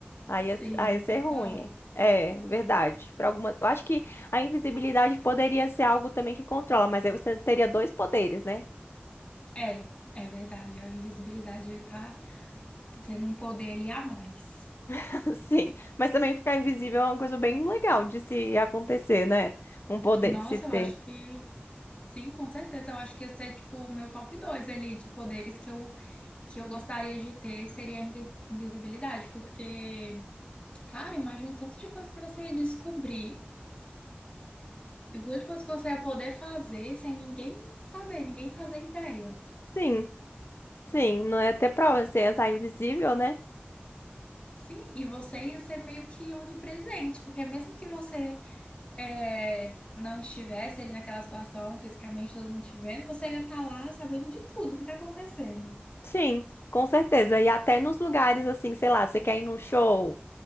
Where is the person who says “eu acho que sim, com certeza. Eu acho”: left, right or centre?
Left